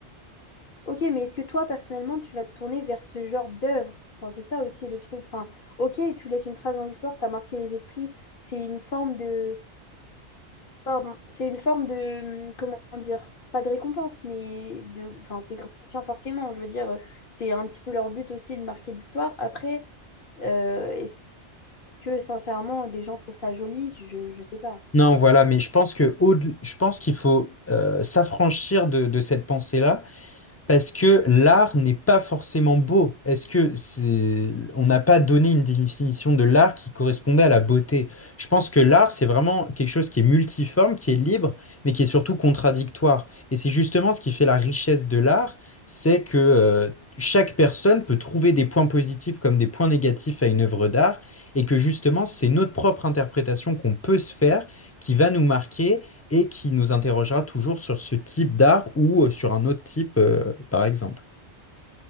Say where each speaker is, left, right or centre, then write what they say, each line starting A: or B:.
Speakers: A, on the left; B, on the left.
A: Ok, mais est-ce que toi, personnellement, tu vas te tourner vers ce genre d'œuvre? Enfin, c'est ça aussi le truc. Enfin, ok, tu laisses une trace dans l'histoire, t'as marqué les esprits. C'est une forme de, Pardon, c'est une forme de, hum, comment dire, pas de récompense, mais de, enfin, c'est gratifiant forcément. Je veux dire, euh, c'est un petit peu leur but aussi de marquer l'histoire. Après, euh, est-ce que sincèrement, des gens trouvent ça joli? Je, je sais pas.
B: Non, voilà, mais je pense que au- je pense qu'il faut euh, s'affranchir de, de cette pensée-là. Parce que l'art n'est pas forcément beau. Est-ce que c'est... On n'a pas donné une définition de l'art qui correspondait à la beauté. Je pense que l'art, c'est vraiment quelque chose qui est multiforme, qui est libre, mais qui est surtout contradictoire. Et c'est justement ce qui fait la richesse de l'art, c'est que euh, chaque personne peut trouver des points positifs comme des points négatifs à une œuvre d'art, et que justement, c'est notre propre interprétation qu'on peut se faire qui va nous marquer et qui nous interrogera toujours sur ce type d'art ou euh, sur un autre type, euh, par exemple.